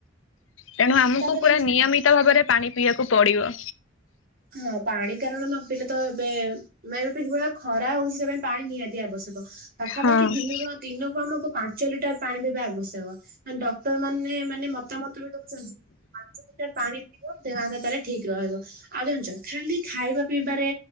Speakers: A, on the left; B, on the right.
A: ତେଣୁ ଆମକୁ
B: ତାପରେ
A: ପୁରା
B: ଜାଣିଛ
A: ନିୟମିତ ଭାବରେ ପାଣି ପିଇବାକୁ ପଡିବ।
B: ହଁ ପାଣି କାରଣ ନପିଇଲେ ତ ଏବେ ମେ ଏବେ କିଭଳିଆ ଖରା ହଉଛି ସେଥିପାଇଁ ପାଣି ନିହାତି ଆବଶ୍ୟକ ପାଖାପାଖି
A: ହୁଁ
B: ଦିନରୁ ଦିନକୁ ଆମକୁ ପାଞ୍ଚ ଲିଟର ପାଣି ପଇବା ଆବଶ୍ୟକ। ମାନେ ଡକ୍ଟର ମାନେ ମାନେ ମତାମତ ବି ଦଉଛନ୍ତି। ପାଞ୍ଚ ଲିଟର ପାଣି ପିଇବ ଦେହ ହାତ ତାହେଲେ ଠିକ ରହିବ। ଆଉ ଜାଣିଛ ଖାଲି ଖାଇବା ପିଇବାରେ